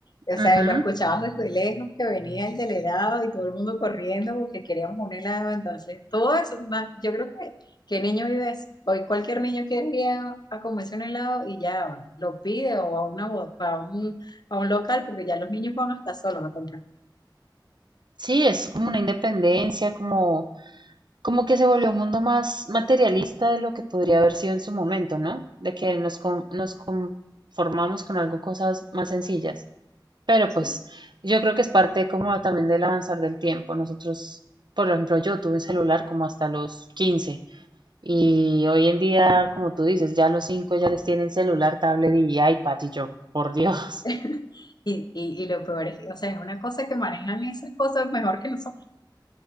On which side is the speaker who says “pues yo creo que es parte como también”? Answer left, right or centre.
Right